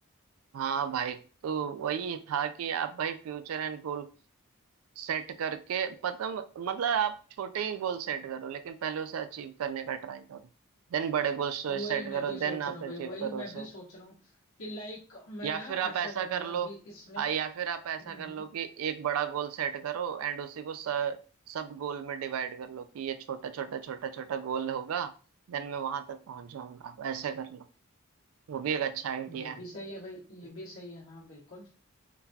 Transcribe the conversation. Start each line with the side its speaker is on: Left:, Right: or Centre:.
Right: हाँ भाई तो वही था कि आप भाई फ्यूचर एंड गोल सेट करके पता मतलब आप छोटे ही गोल सेट करो लेकिन पहले उसे अचीव करने का ट्राई करो देन बड़े गोल सेट
Left: वही मैं
Right: करो
Left: भी
Right: देन
Left: सोच
Right: आप
Left: रहा हूँ भाई
Right: अचीव
Left: वही
Right: करो
Left: मैं
Right: उसे
Left: भी सोच रहा हूँ कि लाइक मैं
Right: या
Left: ना
Right: फिर आप
Left: ऐसा
Right: ऐसा
Left: करूंगा
Right: कर लो
Left: अभी इसमें
Right: आ, या फिर
Left: हम्म
Right: आप ऐसा कर लो
Left: हम्म
Right: कि एक बड़ा गोल सेट करो एंड उसी को स, सब गोल में डिवाइड कर लो कि ये छोटा छोटा छोटा छोटा गोल होगा देन मैं वहां तक पहुंच जाऊंगा आप ऐसे कर लो वो भी एक अच्छा आइडिया
Left: ये
Right: है
Left: भी सही है भाई ये भी सही है हाँ बिल्कुल